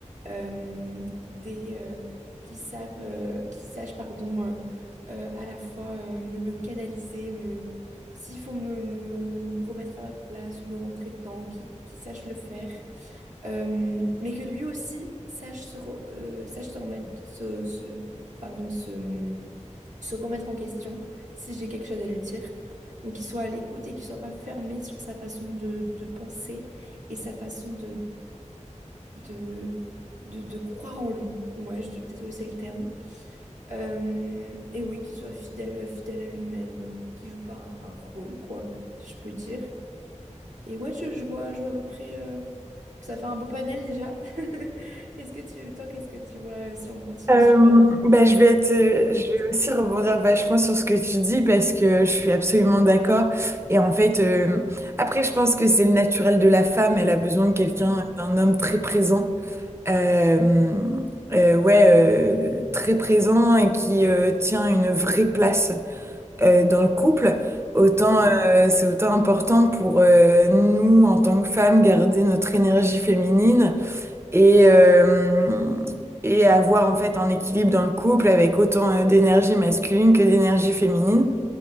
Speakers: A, on the right; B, on the right.
A: euh, des euh, qui savent, euh, qui sachent, pardon, euh, euh, à la fois euh, me canaliser, me s'il faut me, me- me remettre à ma place ou me rentrer dedans, qui, qui sache le faire, Euh, mais que lui aussi sache se, re- euh, sache se remettre, se, se- pardon, se, se remettre en question si j'ai quelque chose à lui dire. Donc qu'il soit à l'écoute et qu'il soit pas fermé sur sa façon de, de penser et sa façon de, de, de croire en lui. Ouais, je sais peut-être que c'est le terme. Euh, et oui, qu'il soit fidèle, fidèle à lui-même, euh, qu'il joue pas un, un rôle, quoi, si je peux dire. Et ouais, je, je vois, je vois à peu près. euh, Ça fait un beau panel déjà. <laughs> Est-ce que tu, toi, qu'est-ce que tu vois euh, si on continue
B: Euh,
A: sur. euh,
B: bah, je vais être, euh, je
A: By
B: vais
A: Steph
B: aussi rebondir vachement sur ce que tu dis parce que je suis absolument d'accord. Et en fait, euh, après, je pense que c'est le naturel de la femme. Elle a besoin de quelqu'un,
A: Mm,
B: euh, d'un homme très présent. Euh, euh, ouais, euh, très présent et qui euh, tient une vraie place. euh, dans le couple, autant
A: mm,
B: euh, c'est autant important pour euh, nous en tant que femmes garder notre énergie féminine et euh, et avoir en fait un équilibre dans le couple avec autant euh, d'énergie masculine que d'énergie féminine.